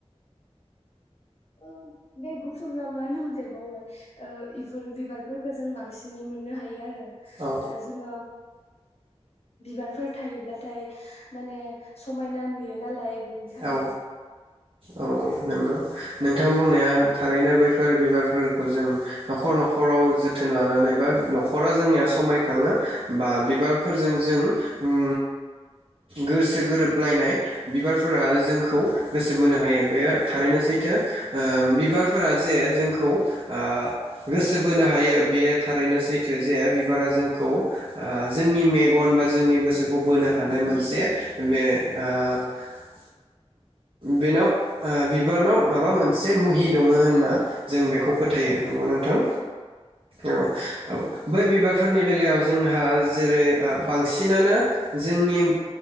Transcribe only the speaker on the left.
औ बे गुफुरा मा होन होनथाय बावबाय ओ इफोर बिबारफोरखौ जों बांसिनै मोननो हायो आरो
आरो जोङो बिबारफोर थायोब्लाथाय माने समायना नुयो नालाय बेनि थाखायनो
औ
औ
औ
औ